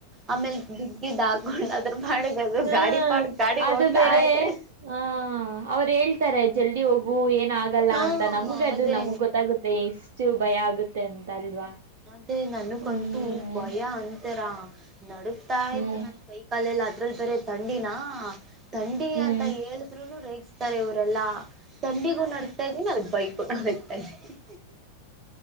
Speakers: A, on the right; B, on the right.
A: ಆಮೇಲ್ ಿಗ್ಗಿದ್ದ ಹಾಕೊಂಡದ್ರ ಮಾಡದು
B: ಹ್ಮ್
A: ಗಾಡಿ ಪಾ ಗಾಡಿ
B: ಅದು
A: ಹೋಗ್ತಾ
B: ಬೇರೆ
A: ಆ್ರೆ
B: ಹ ಅವ್ರು ಹೇಳ್ತಾರೆ ಜಲ್ದಿ ಹೋಗು ಏ ಆಗಲ್ಲ
A: ಹಾ
B: ಅಂತ ನಮಗೆ ಅದು
A: ಅದೇ
B: ನಮ್ಗ್ ಗೊತ್ತಾಗುತ್ತೆ ಎಷ್ಟು ಭಯ ಆಗುತ್ತೆ ಅಂತ ಅಲ್ವಾ
A: ಮ ನನಗಂತೂ
B: ಹ್ಮ್
A: ಭಯ ಅಂತರಾ ನಡಗ್ತಾ
B: ಹ್ಮ್
A: ಇ್ತು ನನ್ ಕೈ ಕಾಲೆಲ್ಲ ಅ ಕುರಲ್ಪರ ತಂಡಿನಾ ತಂಡಿ
B: ಹ್ಮ್
A: ಅಂತ ಹೇಳಿದ್ರುನು ರೇಗಸ್ತಾರೆ ಇವರೆಲ್ಲಾ ತಂಡಿಗೂ ನಡ್ತಾ ಇದೀನಿ ಅ ಬೈಕು ನಡುಗ್ತಾ ಇದೀನಿ